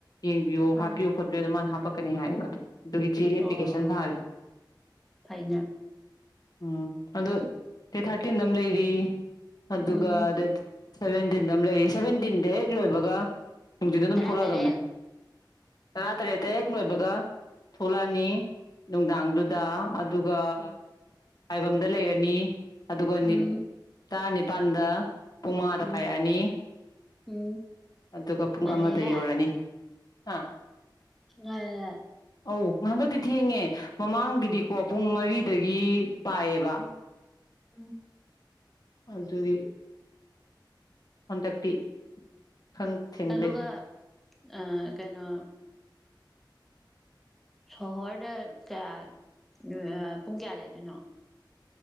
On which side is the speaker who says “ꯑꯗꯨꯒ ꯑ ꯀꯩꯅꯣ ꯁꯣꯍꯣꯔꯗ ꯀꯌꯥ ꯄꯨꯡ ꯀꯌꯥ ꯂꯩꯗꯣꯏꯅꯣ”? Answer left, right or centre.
Centre